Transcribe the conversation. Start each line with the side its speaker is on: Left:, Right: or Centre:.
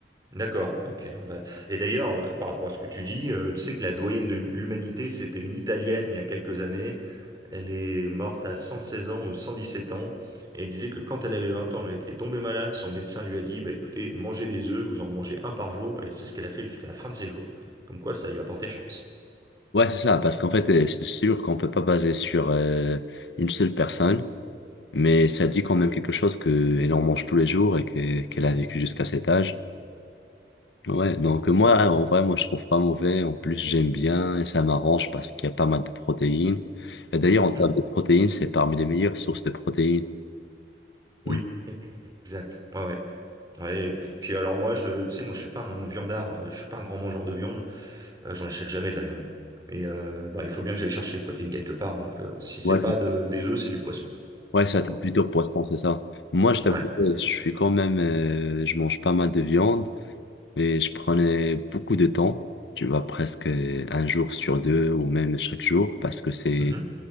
Right: D'accord, ok. bah, Et d'ailleurs, euh, par rapport à ce que tu dis, euh, tu sais que la doyenne de l'humanité, c'était une Italienne il y a quelques années. Elle est morte à 116 ans ou 117 ans. Et elle disait que quand elle avait 20 ans, elle était tombée malade. Son médecin lui a dit, bah écoutez, mangez des œufs, vous en mangez un par jour. Et c'est ce qu'elle a fait jusqu'à la fin de ses jours. Comme quoi, ça lui a porté chance.
Left: Ouais, c'est ça. Parce qu'en fait, euh, c'est sûr qu'on peut pas baser sur euh, une seule personne. Mais ça dit quand même quelque chose qu'elle en mange tous les jours et que- qu'elle a vécu jusqu'à cet âge. Ouais, donc moi, en vrai, moi, je trouve pas mauvais. En plus, j'aime bien et ça m'arrange parce qu'il y a pas mal de protéines. Et d'ailleurs,
Right: Mhm.
Left: en termes de protéines, c'est parmi les meilleures sources de protéines.
Right: Oui,
Left: Mm.
Right: exact. Ouais, ouais. Ouais, et puis alors moi, je, tu sais, moi je suis pas un viandard, euh, je suis pas un grand mangeur de viande, euh, j'en achète jamais de la viande. Et euh, bah, il faut bien que j'aille chercher les protéines quelque part, donc euh, si c'est
Left: Ouais,
Right: pas de, des œufs, c'est du poisson,
Left: ouais, ça,
Right: pour
Left: t'es
Right: moi.
Left: plutôt poisson, c'est ça. Moi, je t'avoue,
Right: Ouais.
Left: ouais, je suis quand même, euh, je mange pas mal de viande, mais je prenais beaucoup de temps. Tu vois, presque un jour sur deux ou même chaque jour parce que c'est,
Right: Mhm.